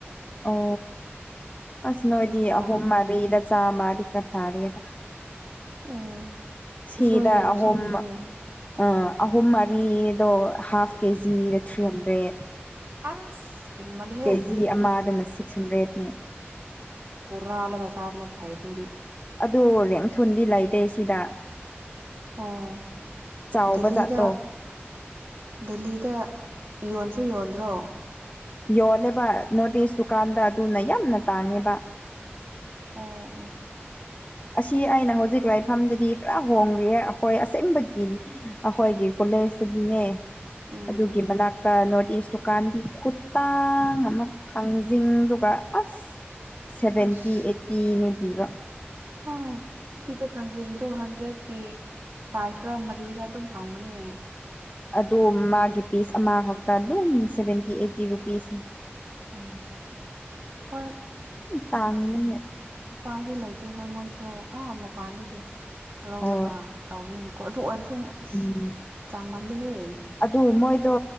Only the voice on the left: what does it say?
ꯑꯣ ꯑꯁ ꯅꯣꯗꯤ
ꯑꯍꯨꯝ
ꯃꯔꯤꯗ ꯆꯃꯗꯤ ꯈ ꯐꯔꯤꯗ
ꯁꯤꯗ
ꯑꯍꯨꯝ ꯑ ꯑꯍꯨꯝ ꯃꯔꯤꯗꯣ ꯍꯥꯐ ꯀꯦꯖꯤꯗ ꯊ꯭ꯔꯤ ꯍꯟꯗ꯭ꯔꯦꯠ
ꯀꯦꯖꯤ ꯑꯃꯗꯅ ꯁꯤꯛꯁ ꯍꯟꯗ꯭ꯔꯦꯠꯅꯦ
ꯑꯗꯨ ꯔꯦꯡꯊꯨꯟꯗꯤ ꯂꯩꯇꯦ ꯁꯤꯗ
ꯆꯥꯎꯕ
ꯖꯥꯠꯇꯣ
ꯌꯣꯅꯦꯕ ꯅꯣꯔꯠ ꯏꯁ ꯗꯨꯀꯥꯟꯗ ꯑꯗꯨꯅ ꯌꯥꯝꯅ ꯇꯥꯡꯉꯦꯕ
ꯑꯁꯤ ꯑꯩꯅ ꯍꯧꯖꯤꯛ ꯂꯥꯏꯐꯝꯗꯗꯤ ꯈꯔ ꯍꯣꯡꯂꯤ ꯑꯩꯈꯣꯏ ꯑꯁꯦꯡꯕꯒꯤ ꯑꯩꯈꯣꯏꯒꯤ ꯀꯣꯂꯦꯖꯇꯗꯤꯅꯦ
ꯑꯗꯨꯒꯤ ꯃꯅꯥꯛꯇ ꯅꯣꯔꯠ ꯏꯁ ꯗꯨꯀꯥꯟꯗꯤ ꯈꯨꯠꯇꯥꯡ ꯑꯃ ꯊꯥꯡꯖꯤꯡꯗꯨꯒ ꯑꯁ ꯁꯚꯦꯟꯇꯤ
ꯑꯩꯠꯇꯤꯅ ꯄꯤꯕ
ꯑ ꯃꯥꯒꯤ ꯄꯤꯁ ꯑꯃꯈꯛꯇ ꯑꯗꯨꯝ ꯁꯚꯦꯟꯇꯤ ꯑꯩꯠꯇꯤ ꯔꯨꯄꯤꯁ
ꯇꯥꯡꯕꯅꯦ
ꯑꯣ
ꯎꯝ
ꯑꯗꯨ ꯃꯣꯏꯗꯣ